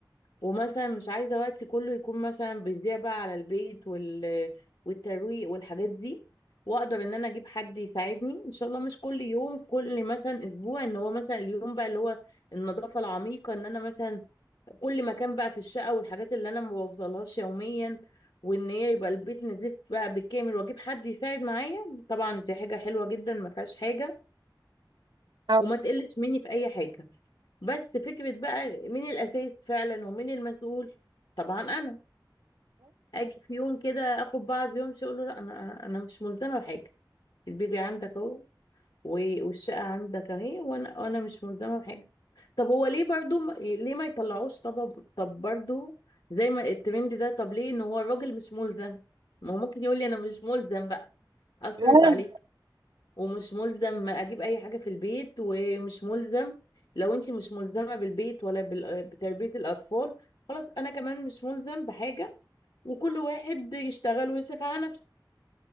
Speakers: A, on the left; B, on the right.
A: ومثلا مش عايزة وقتي كله يكون مثلا بيضيع بقى على البيت وال والترويق والحاجات دي واقدر ان انا اجيب حد يساعدني ان شاء الله مش كل يوم كل مثلا اسبوع ان هو مثلا اليوم بقى اللي هو النظافة العميقة ان انا مثلا كل مكان بقى في الشقة والحاجات اللي انا ما بوصلهاش يوميا وان هي يبقى البيت نضيف بقى بالكامل واجيب حد يساعد معايا طبعا دي حاجة حلوة جدا ما فيهاش حاجة
B: أو-
A: وما تقلش مني في اي حاجه بس فكره بقى مين الاساس فعلا ومين المسؤول طبعا انا اجي في يوم كده اخد بعض يوم اقول له لا انا انا مش ملزمه بحاجه البيبي عندك اهو و- والشقه عندك اهي وانا وانا مش ملزمه بحاجه طب هو ليه برضو ما- ليه ما يطلعوش طب طب برضو زي ما الترند ده طب ليه ان هو الراجل مش ملزم ما هو ممكن يقول لي انا مش ملزم بقى اصرف
B: لا،
A: عليك
B: لا،
A: ومش ملزم اجيب اي حاجه في البيت ومش ملزم لو انت مش ملزمه بالبيت ولا بال- بتربيه الاطفال خلاص انا كمان مش ملزم بحاجه وكل واحد يشتغل ويصرف على نفسه